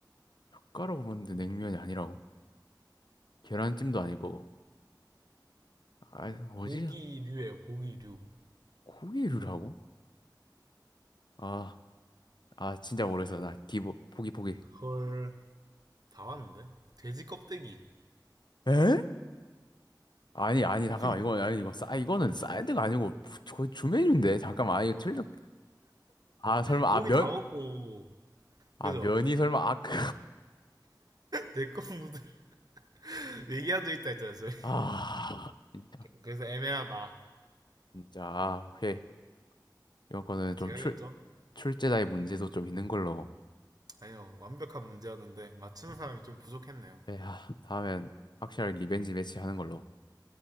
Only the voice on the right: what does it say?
고기류예요 고기류.
헐. 다 왔는데? 돼지 껍데기.
<laughs>
고기
다 먹고.
그죠?
내껌 누들 <laughs> 얘기하도 있다 했잖아요, 저희.
그래서 애매하다.
제가
이겼죠?
아니요, 완벽한 문제였는데, 맞추는 사람이 좀 부족했네요.